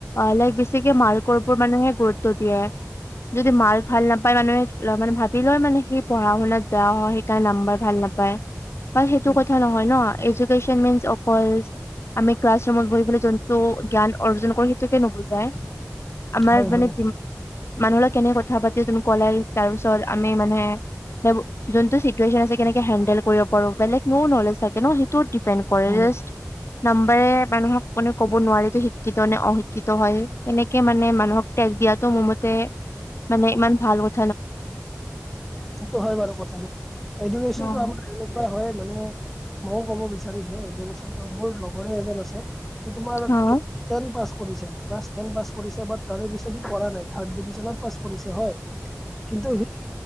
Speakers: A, on the left; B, in the centre.
A: এলাইফ বে ছিকে মাৰ্কৰ ওপৰত মানুহে গুৰুত্ব দিয়ে। যদি মাৰ্ক ভাল নাপায় মানুহে ল' মানে ভাবি লয় মানে সি পঢ়া শুনাত বেয়া হয় সেইকাৰণে নাম্বাৰ ভাল নাপায়। বাট সেইটো
B: উম
A: কথা নহয় ন। এডুকেছন মিনচ অকল আমি ক্লাছ ৰুমত বহি পেলাই যোনটো জ্ঞান অৰ্জন কৰোঁ সেইটোকে নুবুজাই। আমাৰ
B: হয়
A: মানে
B: হয়
A: দিম মানুহৰ লগত কেনে কথা পাতে তুমি কলাই তাৰপিছত আমি মানে যে যোনটো চিটোৱেনছে কেনেকে হেল্ড কৰিব পাৰোঁ। বেলেগবোৰো নলেজ থাকে ন, সেইটো ডিপেন কৰে।
B: উম
A: যাষ্ট নাম্বাৰে মানুহক কোনোৱে ক'ব নোৱাৰি শিক্ষিত নে অশিক্ষিত হয়। সেনেকে মানে মানুহক তেক দিয়াতো মোৰ মতে মানে ইমান ভালো
B: সেইটো হয় বাৰু কথাটো। এডোকেশ্যনটো
A: অ',
B: আমাৰ কেনে কুৱা হয় মানে মইও ক'ব বিচাৰিছো এডুকেশ্বনটো। মোৰ লগৰে এজন আছে। সি তোমাৰ <unintelligible>
A: অ',
B: টেন পাছ কৰিছে। ক্লাছ তেন পাছ কৰিছে, বাত তাৰে পিছত হি পঢ়া নাই থাৰট ডিভিজনত পাছ কৰিছে হয়। কিন্তু সি